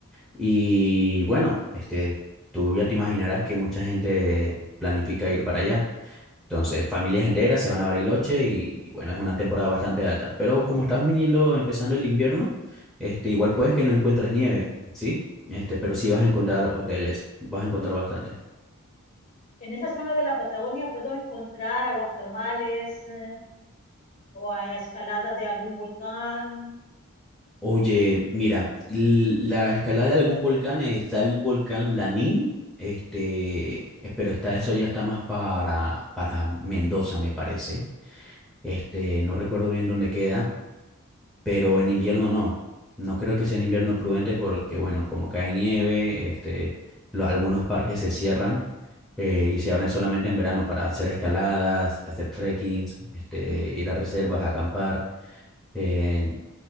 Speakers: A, in the centre; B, on the left (about 40°).
A: Y bueno, este, tú ya te imaginarás que mucha gente planifica ir para allá. Entonces, familias enteras se van a Bariloche y, y bueno, es una temporada bastante alta. Pero como estás viniendo, empezando el invierno, este, igual puedes que no encuentres nieve, ¿sí? Este, pero sí vas a encontrar hoteles, vas a encontrar bastante.
B: En esa zona de la Patagonia puedo encontrar aguas termales eh, o a escalada de algún volcán.
A: Oye, mira, l- la escalada de algún volcán eh, está el volcán Lanín, este, eh, pero está eso ya está más para, para Mendoza, me parece. Este, no recuerdo bien dónde queda, pero en invierno no. No creo que sea en invierno prudente porque, bueno, como cae nieve, este, lo- algunos parques se cierran eh, y se abren solamente en verano para hacer escaladas, hacer trekkings, este, ir a reservas, acampar. eh,